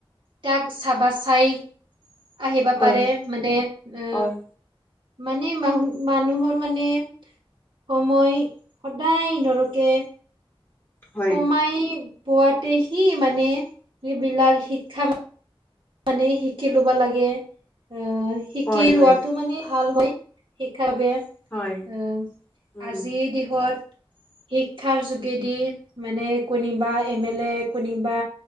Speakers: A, on the right; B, on the left.
A: তাক চাবা চাই আহিব
B: হয়
A: পাৰে, মানে অ
B: হয়
A: মানে মা মানুহৰ মানে সময় সদায় নৰকে
B: হয়
A: মমাইয়ে পোৱাতেহি মানে এইবিলাক শিক্ষা মানে শিকি ল'ব লাগে। অ, শিকি
B: হয়
A: লোৱাটো
B: হয়
A: মানে ভাল হয়। শিক্ষাৰ বাবে
B: হয়
A: অ,
B: উম
A: আজিৰ দেহত শিক্ষাৰ যোগেদি মানে কোনিবা এম এল এ কোনিবা